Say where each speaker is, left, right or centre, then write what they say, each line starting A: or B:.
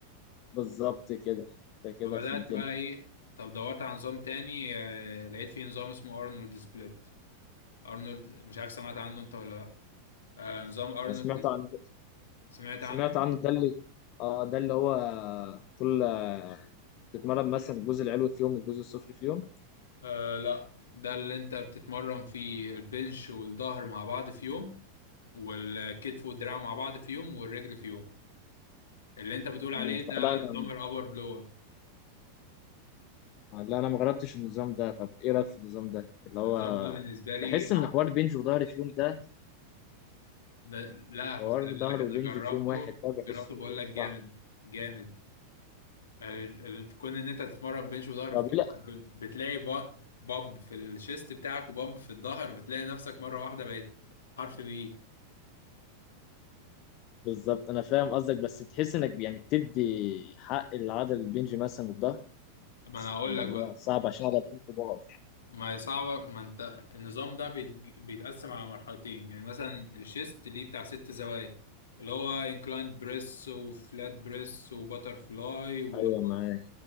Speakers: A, on the left; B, on the left.
A: بالظبط كده انت كده
B: فبدأت
A: فهمتني
B: بقى إيه طب دورت على نظام تاني آه، لقيت فيه نظام اسمه أرنولد سبليت أرنولد مش عارف سمعت عنه أنت ولا لأ آه، نظام أرنولد
A: انا سمعت عن
B: سمعت
A: سمعت
B: عنه؟
A: عن ده اللي اه ده اللي هو كل تتمرن مثلا الجزء العلوي في يوم والجزء السفلي في يوم
B: آه لأ ده اللي أنت بتتمرن فيه البنش والظهر مع بعض في يوم والكتف والدراع مع بعض في يوم والرجل في يوم اللي انت بتقول عليه
A: مم.
B: ده
A: لا
B: نظام
A: انا
B: الابر لور
A: لا انا ما جربتش النظام ده طب ايه رايك في النظام ده اللي
B: النظام
A: هو
B: ده بالنسبه لي
A: بحس
B: أح-
A: ان حوار بنج وظهر في يوم ده
B: ده- لا
A: حوار
B: خلي
A: ظهر
B: بالك انا
A: وبنج
B: جربته
A: في يوم واحد ده بحسه
B: جربته بقول لك
A: صعب
B: جامد جامد ال- ال- تكون ان انت تتمرن بنش وظهر
A: طب
B: في يوم
A: لا
B: بتلاقي با- بامب في الشيست بتاعك وبامب في الظهر بتلاقي نفسك مره واحده بقيت حرف بي
A: بالظبط انا فاهم قصدك بس بتحس انك يعني بتدي حق العضل البنج مثلا والظهر
B: ما
A: بس
B: انا هقول
A: الموضوع
B: لك بقى
A: صعب عشان عضلتين كبار
B: ما هي صعبة ما انت النظام ده بيت- بيتقسم على مرحلتين يعني مثلا الشيست ليه بتاع ست زوايا اللي هو انكلايند بريس وفلات بريس وباتر فلاي واللي
A: ايوه
B: هو
A: معاك